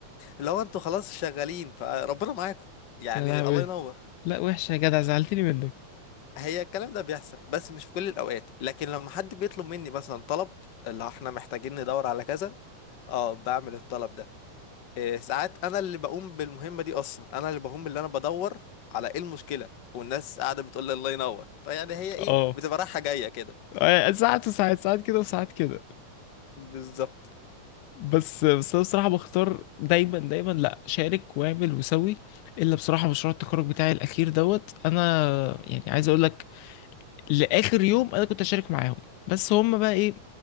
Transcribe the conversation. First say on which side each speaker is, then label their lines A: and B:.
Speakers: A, on the left; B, on the left.
A: اللي هو انتوا خلاص شغالين فربنا معاكم يعني
B: يا لهوي
A: الله ينور
B: لا وحشة يا جدع زعلتني منك
A: هي الكلام ده بيحصل بس مش في كل الاوقات لكن لما حد بيطلب مني مثلا طلب اللي احنا محتاجين ندور على كذا اه بعمل الطلب ده إيه ساعات انا اللي بقوم بالمهمة دي اصلا انا اللي بقوم اللي انا بدور على ايه المشكلة والناس قاعدة بتقول لي الله ينور فيعني هي ايه
B: اه
A: بتبقى رايحة جاية كده
B: آه، ساعات وساعات ساعات كده وساعات كده
A: بالظبط
B: بس بس انا بصراحه بختار دايما دايما لا شارك واعمل وسوي الا بصراحه مشروع التخرج بتاعي الاخير دوت انا يعني عايز اقول لك لاخر يوم انا كنت اشارك معاهم بس هم بقى ايه